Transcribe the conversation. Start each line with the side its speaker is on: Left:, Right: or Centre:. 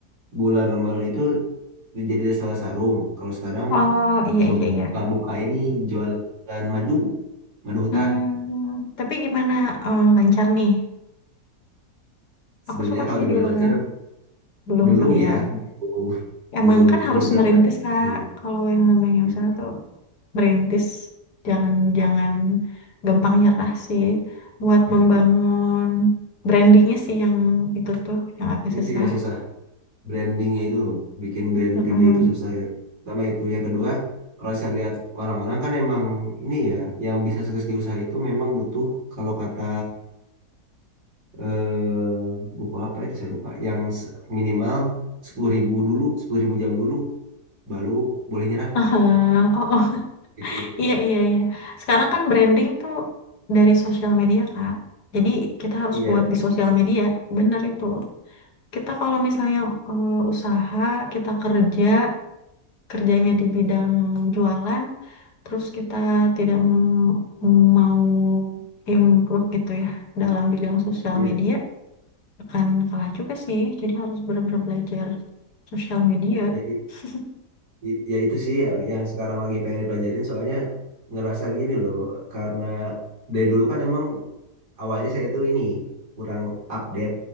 Right: bulan Ramadan itu jadi restoran sarung. Kalau sekarang
Left: Oh iya,
Right: coba
Left: iya, iya.
Right: buka-buka ini jualan madu, madu hutan.
Left: Hmm, tapi gimana eh, lancar nih?
Right: Sebenarnya
Left: Aku suka
Right: kalau
Left: sih
Right: dibilang
Left: jualan.
Right: lancar
Left: Belum
Right: belum
Left: kali
Right: ya,
Left: ya.
Right: belum
Left: Emang
Right: belum,
Left: kan harus
Right: belum
Left: merintis
Right: dapat.
Left: Kak.
Right: Iya,
Left: Kalau yang namanya
Right: iya,
Left: usaha tuh merintis, jangan jangan gampang nyerah sih. Buat
Right: iya.
Left: membangun brandingnya sih yang itu tuh yang agak
Right: Itu
Left: susah.
Right: yang susah. brandingnya itu loh bikin brand
Left: Mm-mm.
Right: gede itu susah
Left: <laughs>
Right: ya pertama itu yang kedua kalau saya lihat orang-orang kan emang ini ya yang bisa sukses di usaha itu memang butuh kalau kata eh, buku apa itu saya lupa yang se- minimal sepuluh ribu dulu sepuluh ribu jam dulu baru boleh nyerah
Left: Ah, oh, oh,
Right: itu
Left: iya iya iya. Sekarang kan branding tuh dari sosial media Kak. Jadi kita harus
Right: iya
Left: kuat di sosial media. Bener itu. Kita kalau misalnya eh, usaha, kita kerja kerjanya di bidang jualan, terus kita tidak m- mau improve gitu ya dalam bidang sosial
Right: iya
Left: media, akan kalah juga sih. Jadi harus benar-benar belajar sosial media.
Right: ya,
Left: <laughs>
Right: I- Ya itu sih yang, yang sekarang lagi pengen dipelajarin soalnya ngerasa gini loh karena dari dulu kan emang awalnya saya itu ini kurang update